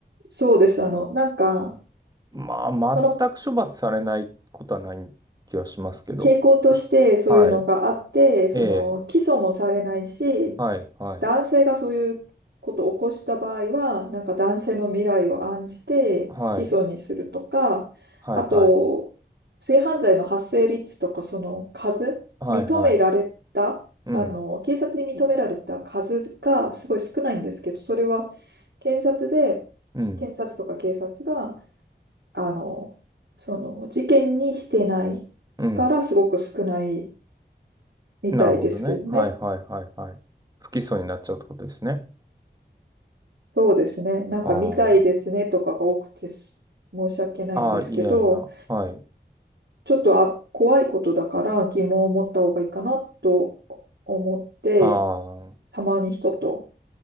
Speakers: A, on the right; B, on the right.
A: そうです。あの、なんか、
B: まあ、
A: その
B: 全く処罰されないことはない気はしますけど。
A: 傾向としてそういうのがあって、
B: はい。
A: その、
B: ええ。
A: 起訴もされないし、
B: はい、はい。
A: 男性がそういうことを起こした場合は、なんか男性の未来を案じて不起訴にするとか、
B: はい。はい、
A: あと、
B: はい。
A: 性犯罪の発生率とか、その数、
B: はい、
A: 認められた、
B: はい。うん。
A: あの、警察に認められた数がすごい少ないんですけど、それは検察で、
B: うん。
A: 検察とか警察が、あの、その事件にしてないからすごく少ない
B: うん。
A: みたいですけどね。
B: なるほどね。はい、はい、はい、はい。不起訴になっちゃうってことですね。
A: そうですね。なんか、
B: あ
A: みたいですねとかが多くてす申し訳ないんですけど、
B: あ。ああ、いやいや。はい。
A: ちょっとあ、怖いことだから疑問を持った方がいいかなと思って、
B: ああ。
A: たまに人と